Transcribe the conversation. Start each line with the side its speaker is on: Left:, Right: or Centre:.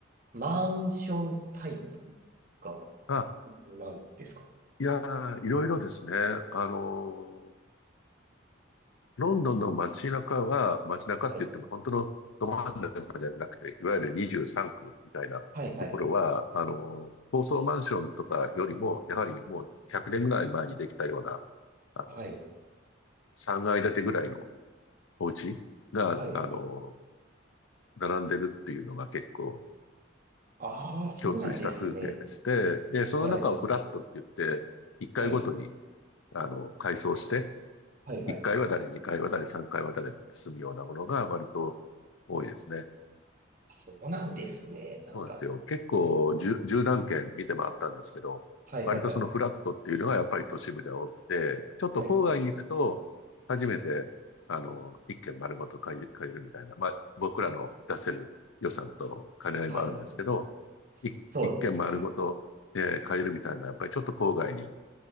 Right: う、マンションタイプが
Left: あ、
Right: 普通なんですかね
Left: いやー、いろいろですね。あのーロンドンの街中は、街中って言っても本当のど真ん中じゃなくて、
Right: はい。
Left: いわゆる23区みたいなところは、
Right: はいはいはい。
Left: あのー高層マンションとかよりも、やはりもう100年ぐらい前にできたような、あの、
Right: はい。
Left: 3階建てぐらいのお家が、
Right: はい。
Left: あのー並んでるっていうのが結構
Right: ああ、そうなんですね。
Left: 共通した風景でして、で、その中をフラットって言って、
Right: はい。
Left: 1回ごとに、
Right: はい。
Left: あの、階層して、
Right: はいはいはい。
Left: 1回は誰、2回は誰、3回は誰って進むようなものが割と多いですね。
Right: そうなんですね。なんか、
Left: そうなんですよ。結構じゅ十何軒見て回ったんですけど、
Right: はいはいはい。
Left: 割とそのフラットっていうのがやっぱり都市部では多くて、ちょっと郊外に行くと、
Right: はい。
Left: 初めて、あの、一軒丸ごと借り、借りるみたいな、まあ、僕らの出せる予算との兼ね合いもあるんですけど、
Right: はい。そうですね。
Left: い一軒丸ごと、えー借りるみたいな、やっぱりちょっと郊外に